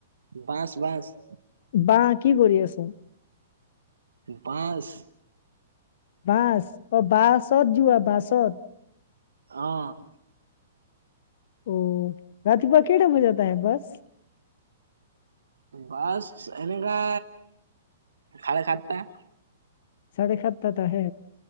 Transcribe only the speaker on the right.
বাচ বাচ।
বাছ।
অ'।
বাছ এনেকা খাৰে খাতটা।